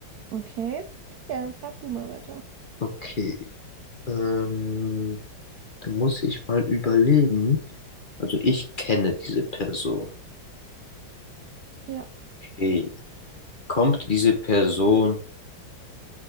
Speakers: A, on the right; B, on the left.
A: okay. Ja, dann frag du mal weiter.
B: Okay. Ähm, da muss ich mal überlegen. Also ich kenne diese Person.
A: Ja.
B: Okay. Kommt diese Person